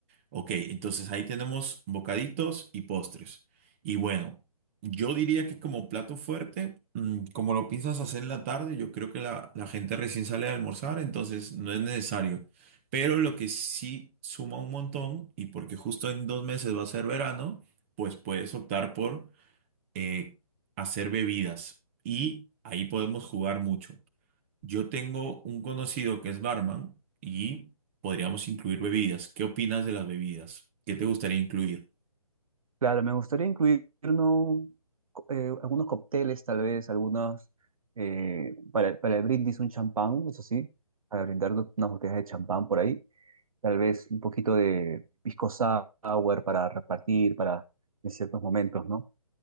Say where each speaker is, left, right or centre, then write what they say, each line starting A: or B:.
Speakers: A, on the right; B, on the right.
A: Ok, entonces ahí tenemos bocaditos y postres. Y bueno, yo diría que como plato fuerte, mm, como lo piensas hacer en la tarde, yo creo que la, la gente recién sale a almorzar, entonces no es necesario. Pero lo que sí suma un montón, y porque justo en dos meses va a ser verano, pues puedes optar por eh, hacer bebidas. Y ahí podemos jugar mucho. Yo tengo un conocido que es barman y podríamos incluir bebidas. ¿Qué opinas de las bebidas? ¿Qué te gustaría incluir?
B: Claro, me gustaría incluir uno- eh, algunos cócteles, tal vez, algunos eh, para, para el brindis, un champán, eso sí, para brindar do- unas botellas de champán por ahí. Tal vez un poquito de pisco sour para repartir para en ciertos momentos, ¿no?